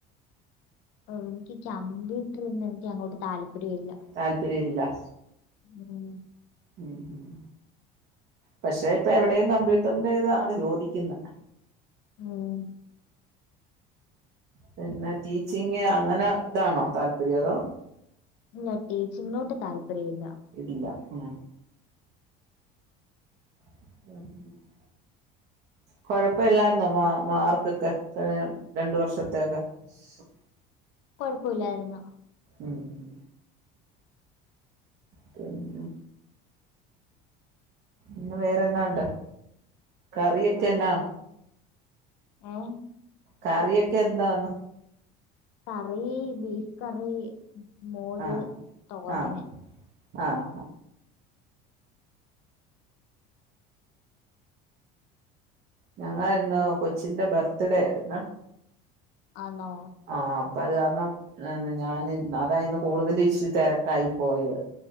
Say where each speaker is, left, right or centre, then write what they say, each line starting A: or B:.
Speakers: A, on the left; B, on the right.
A: ഓ എനിക്ക് കമ്പ്യൂട്ടറിൽന്ന് എനിക്ക് അങ്ങോട്ട് താല്പര്യം ഇല്ല.
B: താല്പര്യല്ല
A: ഉം
B: ഉം ഉം പക്ഷെ ഇപ്പ എവിടെയും കമ്പ്യൂട്ടറിന്റെ ഇതാണ് ചോദിക്കുന്ന്.
A: ഉം
B: പിന്നെ ടീച്ചിങ് അങ്ങനെ ഇതാണോ താല്പര്യം അതോ?
A: പിന്നെ ടിച്ചിങ്ങോട്ട് താല്പര്യം ഇല്ല.
B: ഇല്ല ഉം ആഹ് കൊഴപ്പമില്ലര്ന്നോ മാ മാർക്കൊക്കെ കഴിഞ്ഞ രണ്ട് വർഷത്തൊക്കെ <inaudible>
A: കുഴപ്പമില്ലായിരുന്നു.
B: ഉം ഉം പിന്നെ പിന്നെ വേറെന്നാ ഉണ്ട്. കറിയൊക്കെ
A: വേറെ
B: എന്നാ
A: ഏഹ
B: കറിയൊക്കെ എന്താന്ന്
A: കറി ബീഫ് കറി മോര്
B: ആഹ്
A: തോരന്
B: ആഹ് ആഹ് ഞങ്ങ ഇന്ന് കൊച്ചിന്റെ ബർത്ത്ഡേ ആയിരിന്ന്.
A: ആണോ?
B: ആഹ് അപ്പ അത് കാരണം. ആ ഞാൻ അതായിന്ന് കൂടുതൽ ഇഷ് തിരക്കായി പോയത്.